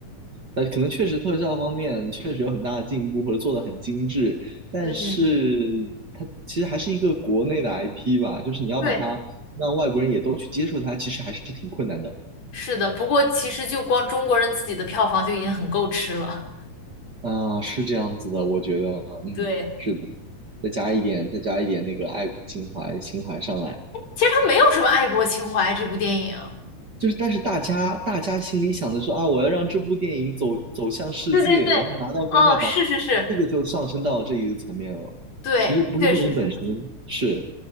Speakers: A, on the right; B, on the left.
A: 呃，可能确实特效方面确实有很大的进步，或者做的很精致，但是它其实还是一个国内的
B: 嗯，
A: IP 吧，就是你要把它让外国人也都去接受它，
B: 对，
A: 其实还是挺困难的
B: 是的。不过其实就光中国人自己的票房就已经很够吃了。
A: 啊，是这样子的，我觉得，嗯，
B: 对，
A: 是的，再加一点，再加一点那个爱国情怀情怀上来，
B: 其实它没有什么爱国情怀，这部电影。
A: 就是但是大家大家心里想的说啊，我要让这部电影走走向世界，
B: 对对对，
A: 然后拿到高票房，
B: 哦，是是是，
A: 这个就上升到这一个层面了，
B: 对，
A: 其实不是电影本身，
B: 确实是会，
A: 是。